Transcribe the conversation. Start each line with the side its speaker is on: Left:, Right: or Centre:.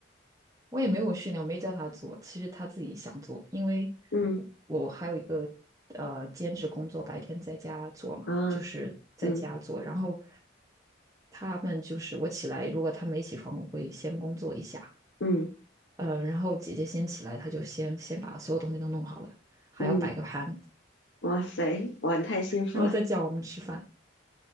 Right: 我也没有训练，我没教他做，其实他自己想做，因为我我还有一个呃兼职工作，
Left: 嗯
Right: 白天在家做嘛，
Left: 啊
Right: 就是在家做，
Left: 嗯
Right: 然后他们就是我起来，如果他没起床，我会先工作一下，
Left: 嗯
Right: 呃，然后姐姐先起来，她就先先把所有东西都弄好了，还要摆个盘，
Left: 嗯，哇塞，哇，你太幸福了。
Right: 然后再叫我们吃饭。